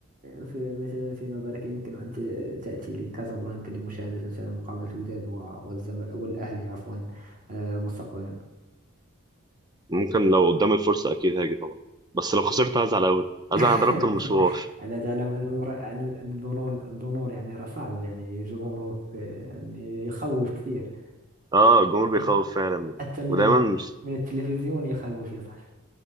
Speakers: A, on the right; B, on the right.
A: في مثلا في نظرك يمكن أن ت- تأتي لكازابلانكا لمشاهدة مثلا مقابلة الوداد و... والزم... والأهلي عفوا آه، مستقبلا
B: ممكن لو قدام الفرصة أكيد هاجي طبعا بس لو خسرت هزعل أوي هزعل
A: <laughs>
B: أنا ضربت المشوار
A: ألا تعلم أن المر- أن أن الدنور الدنور يعني راه صعب يعني جمهورك آه، يعني يخوف كثير
B: اه الجمهور بيخوف
A: حت-
B: فعلا
A: حتى من
B: ودايما
A: ال...
B: مش
A: من التلفزيون يخوف يا صاحبي